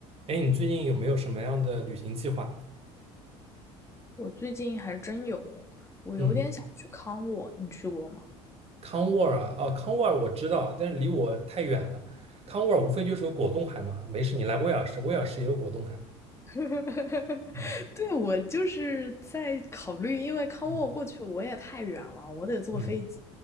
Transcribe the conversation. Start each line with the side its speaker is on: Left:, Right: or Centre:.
Right: 哎，你最近有没有什么样的旅行计划？
Left: 我最近还真有，我有点想去康沃，
Right: 嗯，嗯
Left: 你去过吗？
Right: 康沃尔啊，哦，康沃尔我知道，但是离我太远了。康沃尔无非就是有果冻海嘛，没事，你来威尔士，威尔士也有果冻海。
Left: <laughs>
Right: 嗯
Left: 对，我就是在考虑，因为康沃过去我也太远了，
Right: 嗯
Left: 我得坐飞机，
Right: 嗯，